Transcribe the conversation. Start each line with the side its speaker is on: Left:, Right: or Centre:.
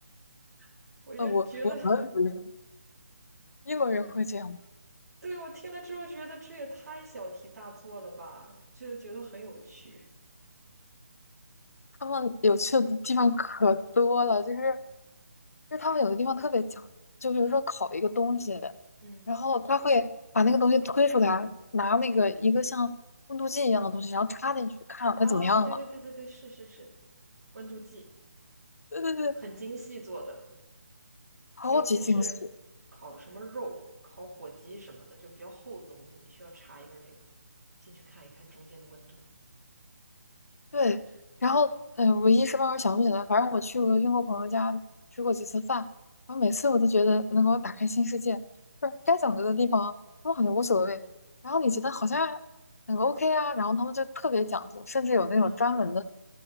Right: <laughs> 我就觉得，
Left: 呃，我我们不是英国人会这样吗？
Right: 对，我听了之后觉得这也太小题大做了吧，就是觉得很有趣。
Left: 他们有趣的地方可多了，就是就是他们有的地方特别讲究，就比如说烤一个东西，
Right: 嗯，
Left: 然后他会把那个东西推出来，拿那个一个像温度计一样的东西，然后插进去，看它怎么样了。
Right: 啊，对对对对对，是是是，温度计
Left: 对对对，
Right: 很精细做的。
Left: 超级惊喜。
Right: 尤其是烤什么肉、烤火鸡什么的，就比较厚的东西，你需要插一根那个进去看一看中间的温度。
Left: 对，然后嗯、呃我一时半会儿想不起来，反正我去我英国朋友家吃过几次饭，然后每次我都觉得能给我打开新世界，就是该讲究的地方他们好像无所谓，然后你觉得好像很 OK 啊，然后他们就特别讲究，甚至有那种专门的，
Right: 啊，